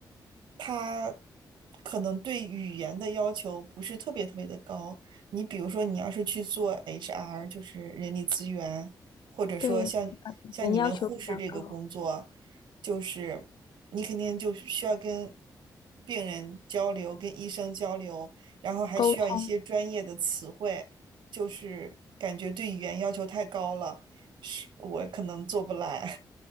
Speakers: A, on the right; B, on the left.
A: 她可能对语言的要求不是特别特别的高。你比如说，你要是去做 HR，就是人力资源，或者说像像你们护士这个工作，
B: 对，语言要求比较高，
A: 就是你肯定就需要跟。病人交流，跟医生交流，然后还需要一些专业的词汇。
B: 沟通
A: 就是感觉对语言要求太高了，是我可能做不来。